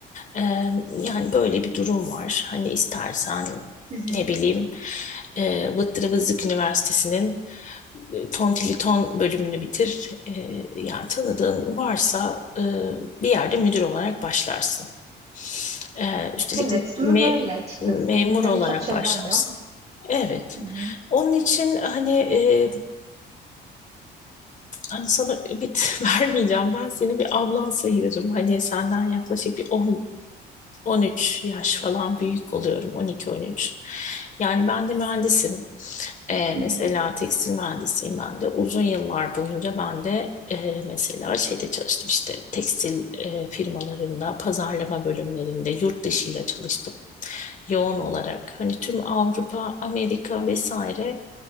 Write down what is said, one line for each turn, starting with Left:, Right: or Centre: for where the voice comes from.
Left: E, yani böyle bir durum var. Hani istersen
Right: Hı hı.
Left: ne bileyim e, Vıttırı Vızlık Üniversitesi'nin e, Tantiliton bölümünü bitir. E, yani tanıdığın varsa e, bir yerde müdür olarak başlarsın. E, üstelik
Right: Evet, durum
Left: me-
Right: öyle açıkçası.
Left: memur
Right: Benim de
Left: olarak
Right: hani çok çevrem
Left: başlarsın.
Right: yok.
Left: Evet.
Right: Hı hı.
Left: Onun için hani e, hani sana ümit <laughs> vermeyeceğim. Ben seni bir ablan sayırım. Hani senden yaklaşık bir 10, 13 yaş falan büyük oluyorum. 12-13. Yani ben de mühendisim. Ee, mesela
Right: Hı hı.
Left: tekstil mühendisiyim ben de. Uzun yıllar boyunca ben de e, mesela şeyde çalıştım işte tekstil e, firmalarında, pazarlama bölümlerinde, yurt dışıyla çalıştım yoğun olarak. Hani tüm Avrupa, Amerika vesaire.